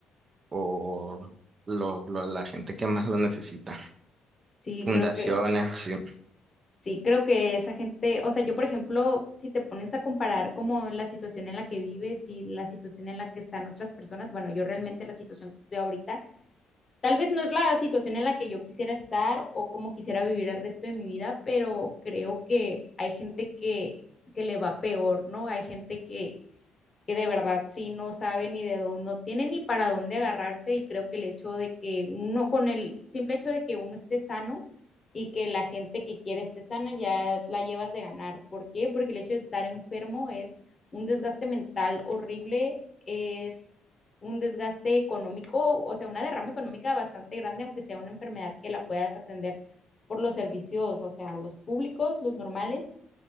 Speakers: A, on the right (about 40°); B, on the left (about 35°).
A: o lo, lo- la gente que más lo necesita.
B: Sí,
A: Fundaciones,
B: creo que,
A: sí,
B: sí, creo que esa gente, o sea, yo por ejemplo, si te pones a comparar como la situación en la que vives y la situación en la que están otras personas, bueno, yo realmente la situación que estoy ahorita Tal vez no es la situación en la que yo quisiera estar o como quisiera vivir el resto de mi vida, pero creo que hay gente que, que le va peor, ¿no? Hay gente que, que de verdad sí no sabe ni de dónde, no tiene ni para dónde agarrarse y creo que el hecho de que uno, con el simple hecho de que uno esté sano y que la gente que quiere esté sana ya la llevas de ganar. ¿Por qué? Porque el hecho de estar enfermo es un desgaste mental horrible, es un desgaste económico, o sea, una derrama económica bastante grande, aunque sea una enfermedad que la puedas atender por los servicios, o sea, los públicos, los normales